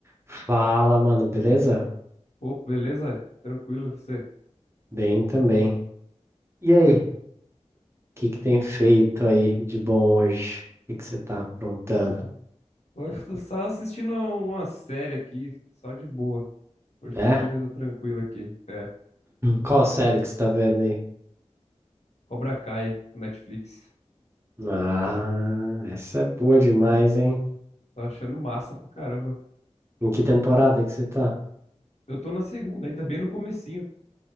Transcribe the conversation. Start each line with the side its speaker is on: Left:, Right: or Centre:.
Right: Fala, mano, beleza?
Left: Opa, beleza? Tranquilo, você?
Right: Bem também. E aí, o que que tem feito aí de bom hoje? O que que você tá aprontando?
Left: Hoje eu tô só assistindo uma série aqui, só de boa. Hoje
Right: É?
Left: tá, o dia tá tranquilo aqui. É,
Right: Qual série que você tá vendo aí?
Left: Cobra Kai, no Netflix.
Right: Ah, essa é boa demais,
Left: Tá,
Right: hein?
Left: tô achando massa pra caramba.
Right: Em que temporada que você tá?
Left: Eu tô na segunda ainda, bem no comecinho.